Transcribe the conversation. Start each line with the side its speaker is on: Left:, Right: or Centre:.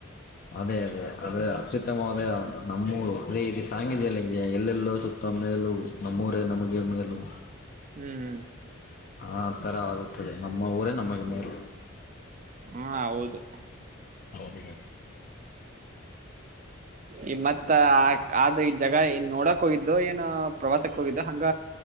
Left: ಅದೇ ಅದೇ ಅದೇ ಅತ್ಯುತ್ತಮವಾದ ನಮ್ಮೂರು ಅದೇ ಇಲ್ಲಿ ಸಾಂಗ ಇದೆಯಲ್ಲ ಎಲ್ಲೆಲ್ಲು ಸುತ್ತ ತಮ್ನೇ ಎಲ್ಲು ನಮ್ಮೂರೇ ನಮಗೆ ಮೇಲು.
Right: ಹ್ಮ್
Left: ಆತರ ಆಗುತ್ತದೆ ನಮ್ಮ ಊರೇ ನಮಗೆ ಮೇಲು.
Right: ಹ್ಮ ಹೌದು
Left: ಹೌದು ಗೆಳೆಯ <inaudible> <inaudible>
Right: ಈ ಮತ್ತ ಆ ಆದ ಈ ಜಗ ಇನ್ ನೋಡಕ್ ಹೋಗಿದ್ದೊ ಏನು ಪ್ರವಾಸಕ್ ಹೋಗಿದ್ದ ಹಂಗ